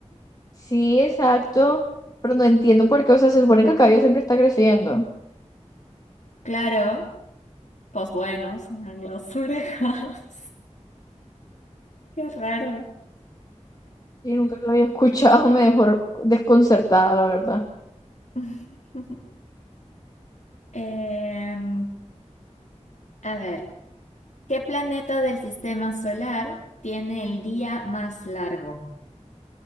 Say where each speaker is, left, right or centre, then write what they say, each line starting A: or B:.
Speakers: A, on the left; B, on the left.
A: Sí, exacto, pero no entiendo por qué, o sea, se supone
B: Qué
A: que el cabello
B: raro.
A: siempre está creciendo.
B: Claro, pues bueno, se dan las orejas. <laughs> Qué raro.
A: Y nunca lo había escuchado, me dejó desconcertada, la verdad.
B: <laughs> Em, a ver, ¿qué planeta del sistema solar tiene el día más largo?